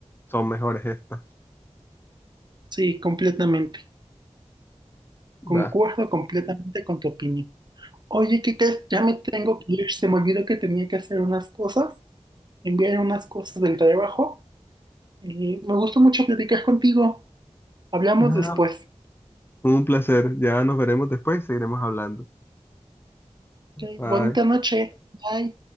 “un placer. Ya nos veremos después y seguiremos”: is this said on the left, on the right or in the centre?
Left